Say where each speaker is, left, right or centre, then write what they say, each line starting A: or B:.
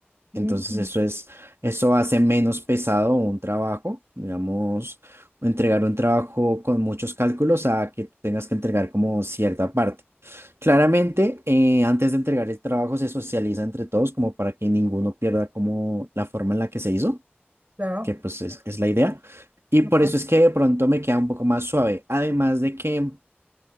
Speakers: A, on the right; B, on the right.
A: Mm,
B: Entonces, eso es, eso hace menos pesado un trabajo, digamos, entregar un trabajo con muchos cálculos a que tú tengas que entregar como cierta parte. Claramente, eh, antes de entregar el trabajo se socializa entre todos como para que ninguno pierda como la forma en la que se hizo
A: Claro.
B: que pues es, es la idea. Y por
A: Ajá.
B: eso es que de pronto me queda un poco más suave. Además de que